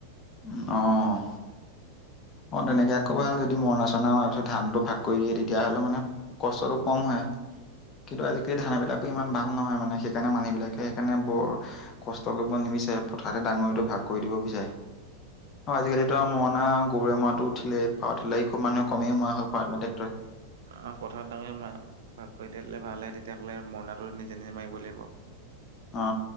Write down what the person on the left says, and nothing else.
উম অহ অ তেনেকে আকৌ ভাল যদি মৰণা চৰণা মাৰ পিছত ধান টো ভাগ কৰি দিয়ে তেতিয়াহ'লে মানে কষ্টটো কম হয়। কিন্তু আজিকালি ধানবিলাক ইমান ভাল নহয়। মানে সেইকাৰণে মানুহবিলাকে সেইকাৰণে বৰ কষ্ট কৰিব নিবিচাৰে পথাৰতে ডাঙৰিটো ভাগ কৰি দিব বিচাৰে- অ আজিকালিতো আৰু মৰণা গৰুৱে, মৰাটো উঠিল পাৱাৰতেলাৰ খুব মানুহে কমেই মৰা হল পাৱাৰ টেলাৰ টেক্টৰে
অ